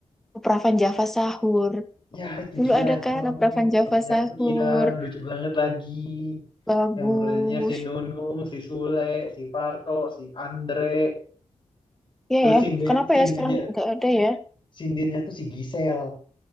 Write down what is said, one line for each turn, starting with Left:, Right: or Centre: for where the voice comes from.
Centre: Opravan Java Sahur.
Left: Ya itu
Centre: Dulu
Left: gila
Centre: ada
Left: itu
Centre: kan Opravan Java
Left: perpanjangan
Centre: Sahur,
Left: aku. Iya lucu banget lagi.
Centre: bagus.
Left: Yang mulainya si Nunung, si Sule, si Parto, si Andre.
Centre: Iya
Left: Terus
Centre: ya,
Left: sinden,
Centre: kenapa
Left: sindennya,
Centre: ya sekarang nggak ada ya?
Left: sindennya tuh si Gisel.